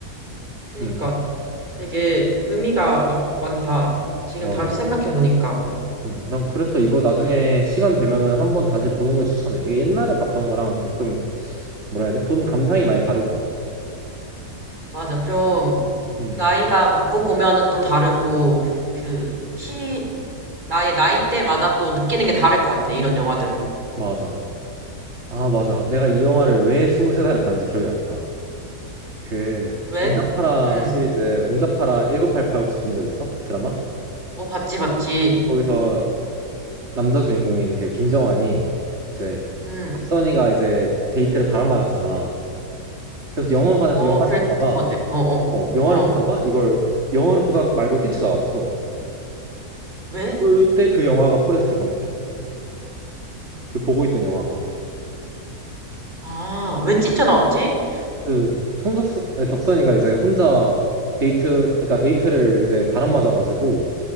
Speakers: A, on the right; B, on the right.
A: 그니까
B: 음
A: 되게 의미가 있- 많다. 지금
B: 맞아
A: 다시 생각해보니까.
B: 음, 난 그래서 이거 나중에 시간 되면은 한번 다시 보는 거 추천해 이게 옛날에 봤던 거랑 조금 뭐라 해야 되지 본 감상이 많이 다를 거야
A: 맞아. 좀,
B: 음
A: 나이가 먹고 보면은 또 다르고, 그, 시, 나의 나이대마다 또 느끼는 게 다를 것 같아. 이런 영화들은.
B: 맞아 아 맞아 내가 이 영화를 왜 23살에 봤는지 기억이 났다 그
A: 왜?
B: 응답하라
A: 음.
B: 시리즈 응답하라 1988 혹시 본 적 있어? 드라마?
A: 어, 봤지, 봤지.
B: 거기서 남자 주인공인 그 김정환이 이제
A: 음.
B: 박선희가 이제 데이트를 바람맞았잖아. 그래서 영화관에서
A: 어,
B: 영화를
A: 그랬던
B: 보다가
A: 것 같아. 어, 어.
B: 어 영화를
A: 어.
B: 보다가 이걸 영화를 보다 말고 뛰쳐나왔어.
A: 왜?
B: 그때 그 영화가 포레스트 검프야. 그 보고 있던 영화가
A: 아, 왜 찢져 나왔지?
B: 그 성덕 덕선이가 이제 혼자 데이트 그러니까 데이트를 이제 바람맞아가지고